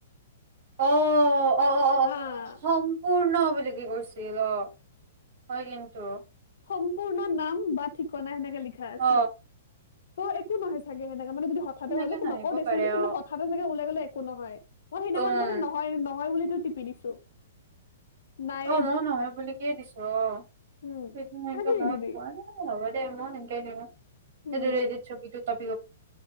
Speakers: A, on the right; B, on the left.
A: অ' অ'অ'
B: হা
A: সম্পূৰ্ণ বুলি কি কৰিছিল অ হয় কিন্তু <unintelligible>
B: সম্পূৰ্ণ নাম বা ঠিকনা সেনেকে লিখা আছিল
A: অ
B: অ', একো নহয় চাগে। সনে মানে যদি হঠাতে
A: সেনেকে
B: হ'লো
A: নাহিব
B: নকওঁ দেচোন
A: পাৰে
B: কিন্তু
A: অ
B: হঠাতে জে লাই গ'লে একো নহয় মই সেইদিনাখনো
A: উম
B: মই নহয় নহয় বুলি তিপি দিছো। নাই
A: অ', ময়ো নহয় বুলিকেই দিছো অ',
B: উম
A: সেই সেকে
B: সেনেকে
A: মই
B: দি দিবি
A: কোৱা ন' হ'ব দেই মই সেনকেই দিওঁ
B: উম
A: সেইটো ৰেজিত ছবি তোত <unintelligible>